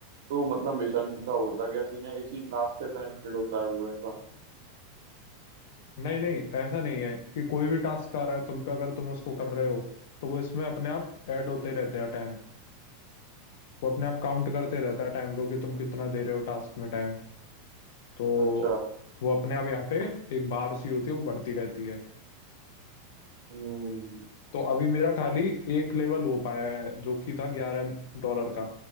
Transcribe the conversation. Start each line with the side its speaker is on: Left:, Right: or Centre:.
Right: तो मतलब मिशन का होता क्या सीन है इसी क्लास से कनेक्टेड होता है वो ऐसा
Left: नहीं नहीं ऐसा नहीं है कि कोई भी टास्क आ रहा है तुम पे अगर तुम उसको कर रहे हो तो वो इसमें अपने आप ऐड होते ही रहते हैं टाइम। वो अपने आप काउंट करते रहता है टाइम को कि तुम कितना दे रहे हो टास्क में टाइम तो
Right: अच्छा
Left: वो अपने आप यहाँ पे एक बार सी होती है वो बढ़ती रहती है
Right: हम्म
Left: तो अभी मेरा खाली एक लेवल हो पाया है जो कि था ग्यारह डॉलर का